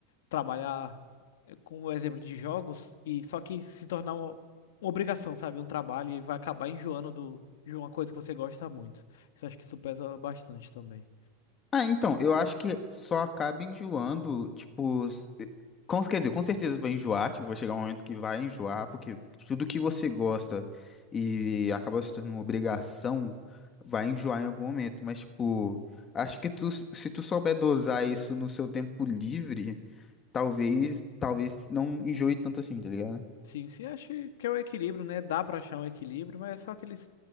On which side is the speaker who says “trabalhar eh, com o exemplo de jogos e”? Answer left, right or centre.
Left